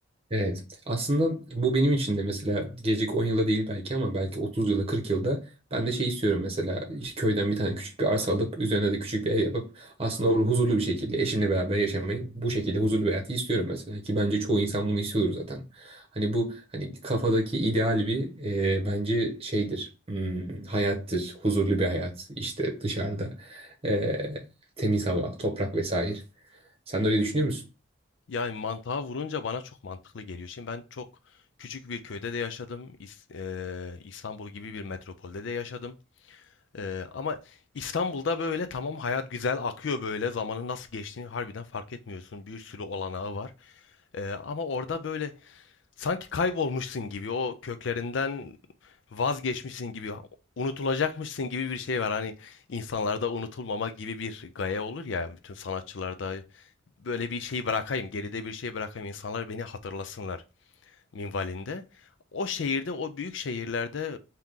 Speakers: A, on the right; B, on the left.
A: Evet. Aslında bu benim için de mesela gelecek 10 yılda değil belki ama belki 30 yılda 40 yılda ben de şey istiyorum mesela işte köyden bir tane küçük bir arsa alıp üzerine de küçük bir ev yapıp aslında orada huzurlu bir şekilde eşimle beraber yaşamayı bu şekilde huzurlu bir hayatı istiyorum mesela ki bence çoğu insan bunu istiyordur zaten. Hani bu hani kafadaki ideal bir e, bence şeydir hmm, hayattır huzurlu bir hayat işte dışarıda e, temiz hava toprak vesaire. Sen de öyle düşünüyor musun?
B: Yani mantığa vurunca bana çok mantıklı geliyor. Şimdi ben çok küçük bir köyde de yaşadım. İs- e, İstanbul gibi bir metropolde de yaşadım. Ee, ama İstanbul'da böyle tamam hayat güzel akıyor böyle zamanın nasıl geçtiğini harbiden fark etmiyorsun. Bir sürü olanağı var. Ee, ama orada böyle sanki kaybolmuşsun gibi o köklerinden vazgeçmişsin gibi unutulacakmışsın gibi bir şey var. Hani insanlarda unutulmama gibi bir gaye olur ya bütün sanatçılarda böyle bir şey bırakayım geride bir şey bırakayım insanlar beni hatırlasınlar minvalinde. O şehirde, o büyük şehirlerde